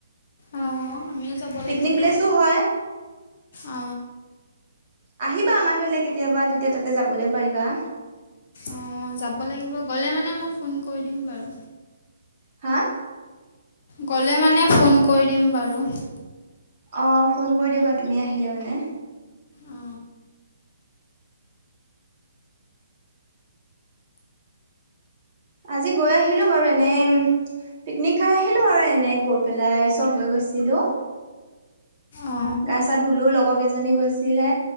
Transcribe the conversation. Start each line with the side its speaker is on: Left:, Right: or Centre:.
Left: অ আমিও যাব
Right: পিকনিক
Left: লাগিব
Right: প্লেচো হয়।
Left: অ,
Right: আহিবা আমাৰ ফালে কেতিয়াবা তেতিয়া তাতে যাবলে পাৰিবা।
Left: অ, যাব লাগিব গ'লে মানে মই ফোন কৰি দিম বাৰু।
Right: হা?
Left: গ'লে মানে ফোন কৰি দিম বাৰু।
Right: অ, ফোন কৰি দিবা তুমি আহিলে মানে।
Left: অ
Right: আজি গৈ আহিলোঁ বাৰু এনে পিকনিক খাই আহিলোঁ আৰু এনেই গৈ পেলাই চব গৈ গৈছিলোঁ।
Left: অ
Right: গা চা ধুলো লগৰ কেইজনী গৈছিলে